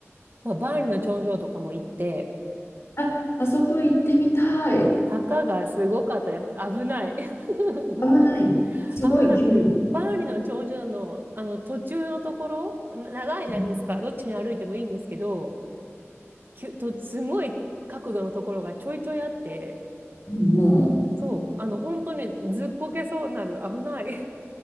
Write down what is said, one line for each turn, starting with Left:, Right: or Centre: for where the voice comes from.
Right: そうバーンリの頂上とかも行って、
Left: あ、あそこ行ってみたい。
Right: 坂がすごかったです。危ない。<laughs>
Left: 合わないすごい距離だ。
Right: 危ない。バーンリの頂上の、あの途中のところ、な長いじゃないですか。
Left: うん
Right: どっちに歩いてもいいんですけど、きゅとすごい角度のところがちょいちょいあって
Left: うんうん
Right: そうあの本当にずっこけそうなる危ない